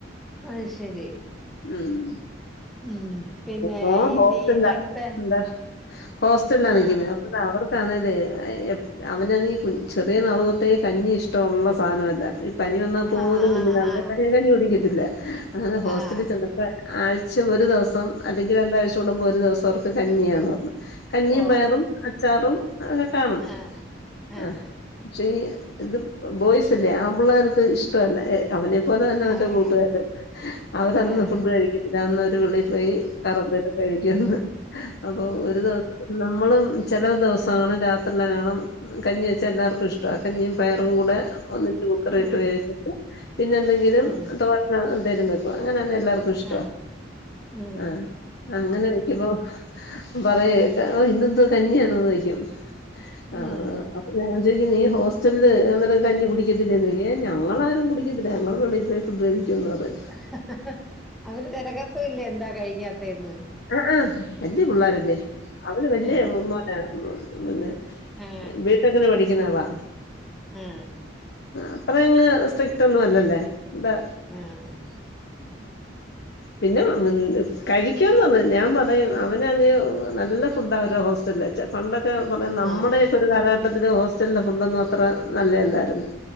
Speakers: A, in the centre; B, on the left.
A: അത് ശരി
B: ഉം
A: ഉ പിന്നെ
B: മോൻ
A: ഇനി
B: ഹോസ്റ്റലിലാ
A: അടുത്ത
B: എന്താ ഹോസ്റ്റലിലാ
A: ആഹ്
B: നിിക്കുന്നത് അപ്പ അവർക്കാണല്േ അവനാ ണെങ്കിൽ ചെറിയ നാള തൊ ട്ടേ കഞ്ഞി ഇഷ്ടുള്ളള്ള സാധനല്ല ഈ പനി വ പോലും
A: ആഹ്
B: കുഞ്
A: ആഹ്
B: നാളിലെ
A: ആഹ്
B: കഞ്ഞി കുടിക്കത്തി ല്ല അങ്ങനെ ഹോസ്റ്റലിൽ
A: ആഹ്
B: ച ആഴ്ച ഒരു ദിവസം അല്ലെങ്കിൽ രണ്ടാഴ്ച കൂടുമ്പോ ഒരു ദിവസം അവർക്ക് കഞ്ഞിയാന്ന് പറഞ്ഞു കഞ്ഞിയും
A: ഓ
B: പയറും അച്ചാറും അക്കെ കാണും
A: ആഹ് ആഹ്
B: ആ പക്ഷെ ഈ ഇത് ബോയ്സ് അല്ലേ ആ പിള്ളേർക്ക് ഇഷ ല്ല അവനെ പോലെ തന്നെ അവന്റെ
A: ആഹ്
B: കൂട്ടുകാരർ അവരന്ന്
A: ആഹ്
B: ഫുഡ് കഴിക്കത്തില്ല അന്ന് വിളി യി കറന്നിട്ട് കഴിക്കുന്നു അപ്പൊ ഒരു ദിവസം നമ്മളും ചില ദിവസം കാണം രാത്രില്ല കാണണം കഞ്ഞി വെച്ചാ എല്ലാർക്കും ഇഷ്ടം കഞ്ഞിയും പയറും കൂടെ ഒന്നിച്ച് കുക്കറിട്ട്
A: ഉം.
B: വേവിച്ചിട്ട് പിന്നെന്തെങ്കിലും
A: ഉം.
B: തോ തരു വെക്കും അങ്ങനെയാണ് എല്ലാർക്കും ഇഷ്ടവാ
A: ആ. ഉം.
B: ആഹ അങ്ങനെ വയ്ക്കുമ്പോ പറയ ഇന്നെതു കഞ്ഞിണ ന്ന് ചോ യി ക്കും
A: ഉം.
B: ആഹ് ഞാ ചോയ്ക്കും നീ ഹോസ്റ്റൽല് ഹ് ഞാൻ പറയു കഞ്ഞി കുടിക്കത്തില്ലേന്ന് ചോയ്ക്കു ഏഹ് ഞങ്ങളാരും കുടിക്കത്തില്ല ഞങ്ങള് വെള്ളിപ്പോ ഫുഡായിരിക്കു എന്ന് പറയും
A: <unintelligible> അവര് തെരകത്തു ഇല്ല എന്താ കഴിക്കാത്തെ എന്ന്
B: ആഹ് ആഹ് വല്യ പിള്ളോരെല്ലേ അവര് വല്യ
A: ആ.
B: മോന <unintelligible>
A: ആ.
B: വീട്ടങ്ങനെ പഠിക്ക്ന്ന ആളാ
A: ആ.
B: അത്രയങ്ങ് സ്‌റ്റ്രിറ്റൊന്നും അല്ലല്ലെ എന്താ
A: ആ.
B: പിന്നെ ക <unintelligible> പിക്കന്ന് തോന്നു. ഞാൻ പറയും അവന് അന്ന് നല്ല ഫുഡ്ഡ അവരെ ഹോസ്റ്റല്ച്ച പണ്ടൊക്കെ പറയാ. നമ്മുടെയൊക്കെ
A: ആ.
B: ഒരു കാലഘട്ടത്തില് ഹോസ്റ്റലിലെ ഫുഡൊന്നും അത്ര നല്ലെ അല്ലായിരുന്നു